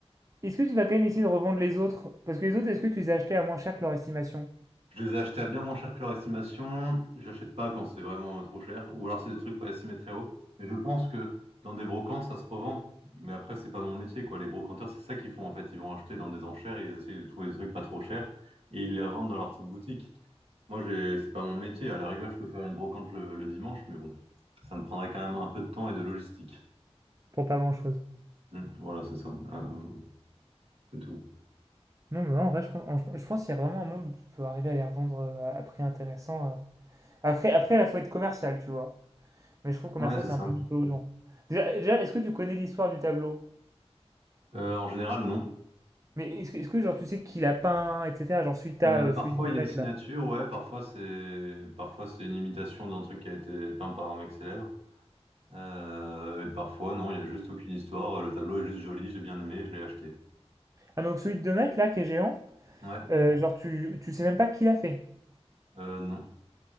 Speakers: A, on the right; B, on the right.
A: est-ce que tu vas quand même essayer de revendre les autres? Parce que les autres, est-ce que tu les as achetés à moins cher que leur estimation?
B: Je les ai achetés à bien moins cher que leur estimation. J'achète pas quand c'est vraiment euh, trop cher. Ou alors c'est des trucs pas estimés très haut. Mais je pense que dans des brocantes, ça se revend. Mais après, c'est pas mon métier, quoi. Les brocanteurs, c'est ça qu'ils font, en fait. Ils vont acheter dans des enchères, ils essayent de trouver des trucs pas trop chers et ils les revendent dans leur petite boutique. Moi, j'ai, c'est pas mon métier. À la rigueur, je peux faire une brocante le, le dimanche, mais bon, ça me prendrait quand même un peu de temps et de logistique.
A: Pour pas grand-chose.
B: Hmm, Voilà, c'est ça. Euh, c'est tout.
A: Non, mais en vrai, je pense, en- je pense qu'il y a vraiment un monde où tu peux arriver à les revendre euh, à à prix intéressant. euh, Après, après, là, faut être commercial, tu vois. Mais je trouve commercial,
B: Ouais, c'est
A: c'est
B: ça.
A: un peu mytho aux gens. Déjà, déjà, est-ce que tu connais l'histoire du tableau?
B: Euh, en général, non.
A: Mais est-ce que, est-ce que genre, tu sais qui l'a peint, etc. Genre, celui que t'as,
B: Euh,
A: euh,
B: parfois
A: celui de 2
B: il y
A: mètres,
B: a une signature,
A: là.
B: ouais, parfois c'est parfois c'est une imitation d'un truc qui a été peint par un mec célèbre. Euh, et parfois non, il y a juste aucune histoire, le tableau est juste joli, j'ai bien aimé, je l'ai acheté.
A: Ah, donc, celui de 2 mètres, là, qui est géant,
B: Ouais.
A: euh, genre, tu, tu sais même pas qui l'a fait.
B: Euh, non.